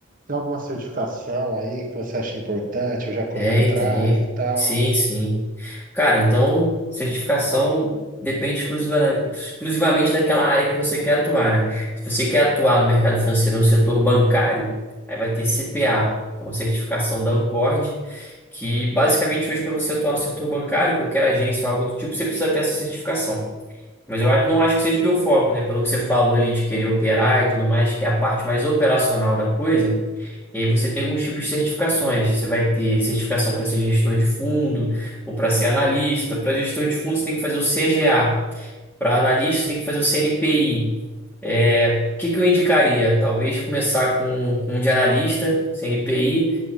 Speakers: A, on the right (about 40°); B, in the centre.
A: Tem alguma certificação aí que você acha importante? Eu já corri
B: Tem,
A: atrás
B: tem.
A: e tal.
B: Sim, sim. Cara, então certificação depende exclusiva- exclusivamente daquela área que você quer atuar, né? Se você quer atuar no mercado financeiro, no setor bancário, aí vai ter CPA, que é uma certificação da Ancord, que basicamente hoje para você atuar no setor bancário, qualquer agência ou algo do tipo, você precisa ter essa certificação. Mas eu a- não acho que seja o teu foco, né? Pelo que você falou ali de querer operar e tudo mais, que é a parte mais operacional da coisa. E aí você tem alguns tipos de certificações. Você vai ter certificação para ser gestor de fundo ou para ser analista. Para gestor de fundo, você tem que fazer o CGA. Para analista, você tem que fazer o CNPI. É, o que que eu indicaria? Talvez começar com, com um de analista, CNPI,